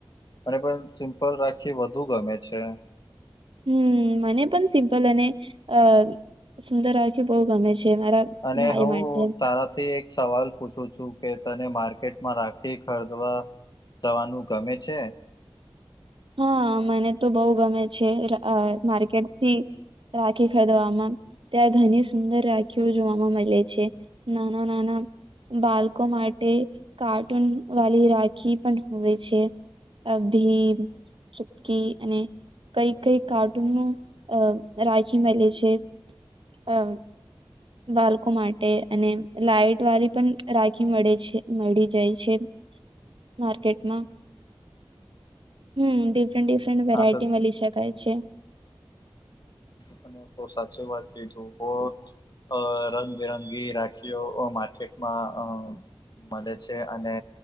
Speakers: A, on the left; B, on the right.
A: મને પણ સિમ્પલ રાખી વધુ ગમે છે.
B: હમ મને પણ સિમ્પલ અને અ સુંદર રાખી બહુ ગમે છે મારા
A: અને
B: ભાઈ
A: હું
B: માટે
A: તારાથી સવાલ પૂછું છું કે તને માર્કેટમાં રાખી ખરદવા જવાનું ગમે છે.
B: હા મને તો બોહ ગમે છે માર્કેટથી રાખી ખરીદવામાં ત્યાં ઘણી સુંદર રાખીઓ જોવામાં મલે છે. નાના નાના બાળકો માટે કાર્ટૂન વાડી રાખી પણ હોવે છે. અભી ચીપકી અને કઈ કઈ કાર્ટૂન નું રાખી મેલે છે? અ બાળકો માટે અને લાઈટ વાળી પણ રાખી મળે છે મળી જાય છે. માર્કેટમાં
A: હમ
B: હમ. ડિફરન્ટ
A: હમ
B: ડિફરન્ટ
A: હમ
B: વેરાયટી
A: આ તો
B: મળી શકાય છે.
A: તને બોહ સાચી વાત કીધું બોજ અ રંગબિરંગી રાખીઓ માર્કેટમાં અ મળે છે અને